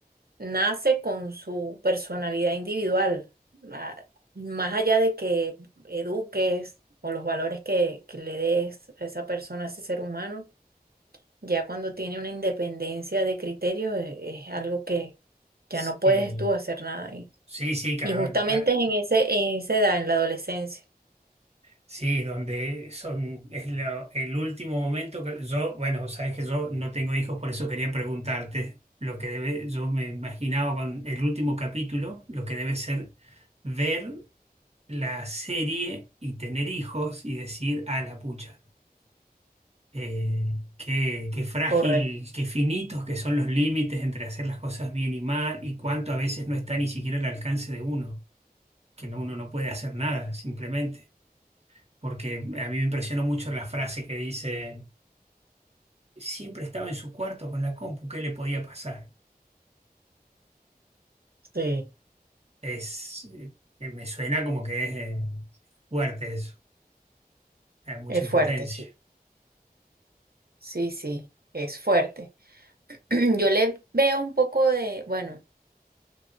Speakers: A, on the right; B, on the right.
A: nace con su personalidad individual, ma- más allá de que eduques o los valores que, que le des a esa persona, a ese ser humano, ya cuando tiene una independencia de criterio e- es, algo que ya
B: Sí.
A: no puedes tú hacer nada ahí.
B: Sí, sí, ca-
A: Y justamente
B: ah,
A: es en ese, en esa edad, en la adolescencia.
B: sí, donde son, es lo- el último momento que yo, bueno, sabes que yo no tengo hijos, por eso quería preguntarte lo que debe, yo me imaginaba con el último capítulo, lo que debe ser ver la serie y tener hijos y decir, a la pucha, eh, qué, qué frágil,
A: Correcto,
B: qué finitos que son los límites entre hacer las cosas bien y mal y cuánto a veces no está ni siquiera al alcance de uno, que no, uno no puede hacer nada, simplemente. porque a mí me impresionó mucho la frase que dice, siempre estaba en su cuarto con la compu, ¿qué le podía pasar?
A: sí.
B: Es, eh, eh, me suena como que es eh, fuerte eso, hay mucha
A: Es
B: impotencia.
A: fuerte, sí. Sí, sí, es fuerte. <clears throat> Yo le veo un poco de, bueno,